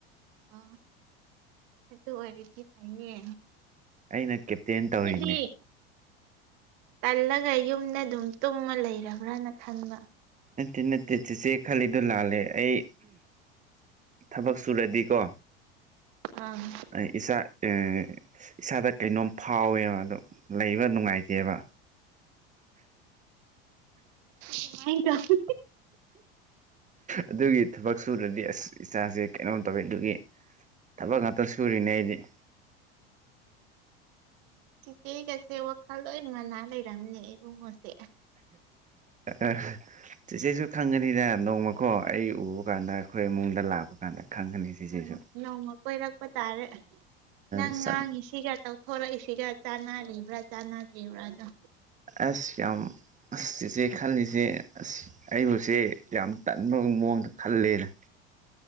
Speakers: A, on the right; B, on the right.
A: ꯑ ꯑꯗꯨ ꯑꯣꯏꯔꯗꯤ ꯐꯩꯌꯦ
B: ꯑꯩꯅ ꯀꯦꯞꯇꯦꯟ ꯇꯧꯔꯤꯅꯦ
A: ꯗꯤ ꯇꯜꯂꯒ ꯌꯨꯝꯗ ꯑꯗꯨꯝ ꯇꯨꯝꯃ ꯂꯩꯔꯕ꯭ꯔꯥꯅ ꯈꯟꯕ
B: ꯅꯠꯇꯦ ꯅꯠꯇꯦ ꯆꯦꯆꯦ ꯈꯜꯂꯤꯗꯣ ꯂꯥꯜꯂꯦ ꯑꯩ ꯊꯕꯛ ꯁꯨꯔꯗꯤꯀꯣ
A: ꯑꯥ
B: ꯑꯩ ꯏꯁꯆꯥ ꯏꯁꯥꯗ ꯀꯩꯅꯣꯝ ꯐꯥꯎꯋꯦꯕ ꯑꯗ ꯂꯩꯕ ꯅꯨꯡꯉꯥꯏꯇꯦꯕ
A: ꯁꯨꯃꯥꯏꯅ ꯇꯧ
B: ꯑꯗꯨꯒꯤ ꯊꯕꯛ ꯁꯨꯅꯅꯤ ꯗꯤ ꯑꯁ ꯏꯆꯥꯁꯦ ꯀꯩꯅꯣꯝ ꯇꯧꯋꯤ ꯑꯗꯨꯒꯤ ꯊꯕꯛ ꯉꯥꯛꯇ ꯁꯨꯔꯤꯅꯦ ꯑꯩꯗꯤ <inaudible>
A: ꯁꯤꯒꯤ ꯒꯁꯦ ꯋꯥꯈꯜ ꯂꯣꯏ ꯃꯅꯥ ꯂꯩꯔꯝꯅꯦ ꯏꯕꯨꯡꯉꯣꯁꯦ
B: ꯑ ꯆꯤꯆꯦꯁꯨ ꯈꯪꯒꯅꯤꯅ ꯅꯣꯡꯃ ꯀꯣ ꯑꯩ ꯎꯕ ꯀꯥꯟꯗ ꯑꯩꯈꯣꯏ ꯏꯃꯨꯡꯗ ꯂꯥꯛꯄ ꯀꯥꯟꯗ ꯈꯪꯒꯅꯤ ꯆꯤꯁꯦꯁꯨ
A: ꯑꯪ ꯅꯣꯡꯃ ꯀꯣꯏꯔꯛꯄ ꯇꯥꯔꯦ ꯅꯪ
B: ꯁꯛ
A: ꯉꯥꯡꯉꯤ ꯁꯤꯒ ꯇꯧꯊꯣꯔꯛꯏꯁꯤꯒ ꯆꯥꯅꯔꯤꯕ꯭ꯔꯥ ꯆꯥꯅꯗ꯭ꯔꯤꯕ꯭ꯔꯥ ꯗꯣ
B: ꯑꯁ ꯌꯥꯝ ꯑꯁ ꯏꯆꯦ ꯈꯜꯂꯤꯁꯦ ꯑꯁ ꯑꯩꯕꯨꯁꯦ ꯌꯥꯝ ꯇꯟꯕꯒꯤ ꯃꯑꯣꯡꯗ ꯈꯜꯂꯦꯗ <inaudible>